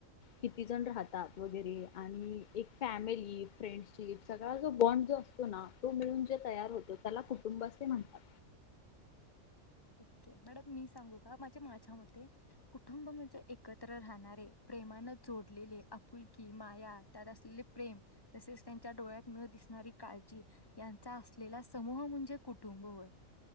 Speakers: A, on the left; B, on the left.
A: किती जण राहतात वगैरे आणि एक फॅमिली फ्रेंडशिप सगळा जो बॉन्ड जो असतो ना तो मिळून जे तयार होतो त्याला कुटुंब असे म्हणतात
B: ओके मॅडम मी सांगू का माझे माझ्या मते कुटुंब म्हणजे एकत्र राहणारे प्रेमानं जोडलेले आपुलकी माया त्यात असलेले प्रेम तसेच त्यांच्या डोळ्यातन दिसणारी काळजी यांचा असलेला समूह म्हणजे कुटुंब होय